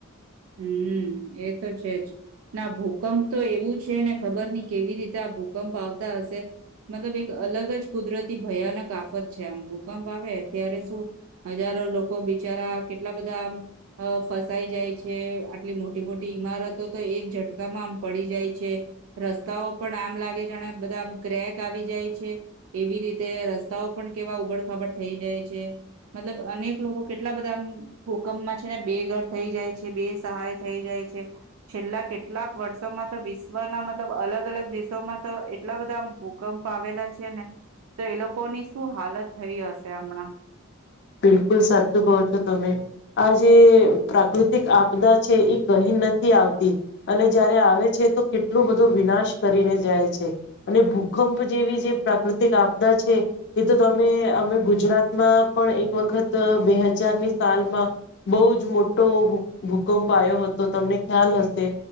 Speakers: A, on the right (about 75°); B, on the left (about 55°).
A: હમ્મ એ તો છે જ ના ભૂકંપ તો એવું છે, ને ખબર નહી કેવી રીતે આ ભૂકંપ આવતા હશે મતલબ એક અલગ જ કુદરતી ભયાનક આફત છે, આમ ભૂકંપ આવે ત્યારે શું હજારો લોકો બિચારા કેટલા બધામ ફસાઈ જાય છે. આટલી મોટી મોટી ઈમારતો તો એક ઝટકામાં આમ પડી જાય છે, રસ્તાઓ પણ આમ લાગે જાણે બધા આમ ક્રેક આવી જાય છે એવી રીતે રસ્તાઓ પણ કેવા ઉબડખાબડ થઈ જાય છે, મતલબ અનેક લોકો કેટલા બધામ ભૂકંપમાં છે ને બે ઘર થઈ જાય છે. જે બે સહાય થઈ જાય છે છેલ્લા કેટલાક વર્ષોમાં તો વિશ્વના મતલબ અલગ અલગ દેશોમાં તો એટલા બધા ભૂકંપ આવેલા છે ને તો એ લોકોની શું હાલત થઈ હશે હમણાં.
B: બિલકુલ સાચું કો છો તમે આજે પ્રાકૃતિક આપદા છે એ કહી નથી આવતી અને જયારે આવે છે તો કેટલો બધો વિનાશ કરીને જાય છે, અને ભૂકંપ જેવી જે પ્રાકૃતિક આપદા છે એ તો તમે અમે ગુજરાતમાં પણ એક વખત બે હજારની સાલમાં બઉ જ મોટો ભૂકંપ આવ્યો હતો તમને ખ્યાલ હશે